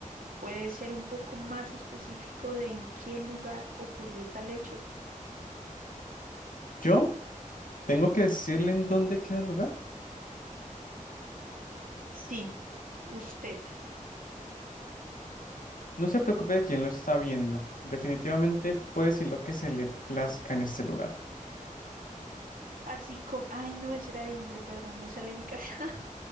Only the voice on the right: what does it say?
¿Puede ser un poco más específico de en qué lugar ocurrió tal hecho?
Sí, usted.
Así como... Ay, no, ese era de hombre, perdón, no sale de mi casa. <laughs>